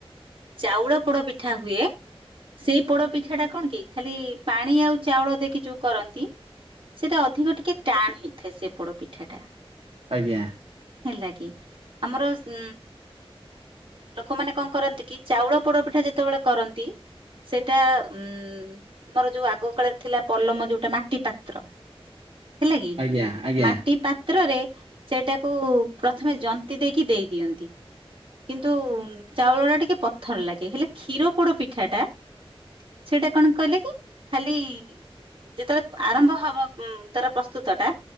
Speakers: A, on the right; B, on the right.
A: ଚାଉଳ ପୋଡପିଠା ହୁଏ, ସେଇ ପୋଡପିଠାଟା କଣ କି ଖାଲି ପାଣି ଆଉ ଚାଉଳ ଦେଇକି ଯୋଉ କରନ୍ତି ସେଟା ଅଧିକ ଟିକେ ଟାଣ ହେଇଥାଏ ସେ ପୋଡପିଠାଟା।
B: ଆଜ୍ଞା।
A: ହେଲା କି, ଆମର ଉଁ ଲୋକମାନେ କଣ କରନ୍ତି କି ଚାଉଳ ପୋଡପିଠା ଯେତେବେଳେ କରନ୍ତି ସେଟା ଉଁ ଉଁ ଆମର ଯୋଉ ଆଗ କାଳରେ ଥିଲା ପଲମ ଯୋଉଟା ମାଟି ପାତ୍ର। ହେଲା କି
B: ଆଜ୍ଞା ଆଜ୍ଞା
A: ମାଟି ପାତ୍ କ୍ଷତ୍ରରେ ସେଇଟାକୁ ପ୍ରଥମେ ଜନ୍ତିି ଦେଇକି ଦେଇ ଦିଅନ୍ତି କିନ୍ତୁ ଚାଉଳ ଟା ଟିକେ ଭଲ ଲାଗେ ହେଲେ କ୍ଷୀର ପୋଡ ପିଠାଟା ସେଇଟା କଣ କହିଲେ କି ଖାଲି ଯେତେବେଳେ ଆରମ୍ଭ ହବ ଉଁ ତାର ପ୍ରସ୍ତୁତ ଟା